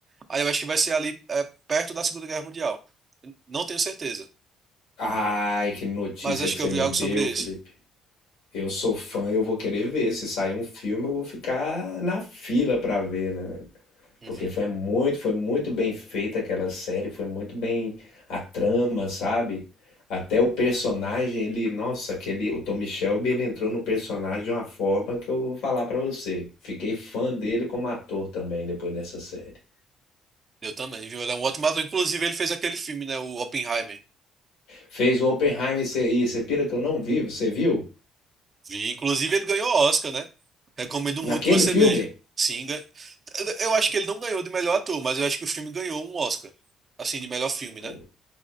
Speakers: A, on the right; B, on the left.
A: Aí eu acho que vai ser ali é, perto da Segunda Guerra Mundial. Não tenho certeza,
B: Ai, que notícia
A: mas acho
B: que
A: que
B: você
A: eu vi
B: me
A: algo
B: deu,
A: sobre isso.
B: Felipe. Eu sou fã, eu vou querer ver. Se sair um filme, eu vou ficar na fila pra ver, né, velho?
A: Uhum.
B: Porque foi muito, foi muito bem feita aquela série, foi muito bem a trama, sabe? Até o personagem, ele, nossa, aquele, o Tommy Shelby, ele entrou no personagem de uma forma que eu vou falar pra você. Fiquei fã dele como ator também depois dessa série.
A: Eu também, viu? Ele é um ótimo ator. Inclusive ele fez aquele filme, né? O Oppenheimer.
B: Fez o Oppenheimer, e você e você pira que eu não vi, você viu?
A: Vi. Inclusive ele ganhou o Oscar, né? Recomendo
B: Naquele
A: muito que você
B: filme?
A: veja. Sim, Eu acho que ele não ganhou de melhor ator, mas eu acho que o filme ganhou um Oscar. Assim, de melhor filme,
B: Pô,
A: né?